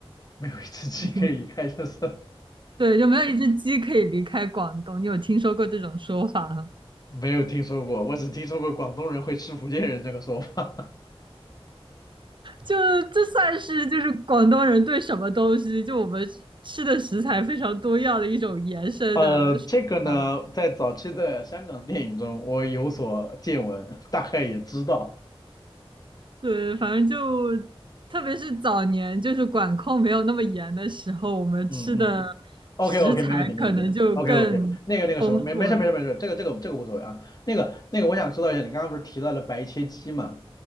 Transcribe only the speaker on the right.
我听，
对，就没有一只鸡可以离开广东。你有听说过这种说法吗？
就这算是就是广东人对什么东西，就我们吃吃的食材非常多样的一种延伸的说法了。
对，反正就特别是早年，就是管控没有那么严的时候，我们吃的
食材可能就更丰富了。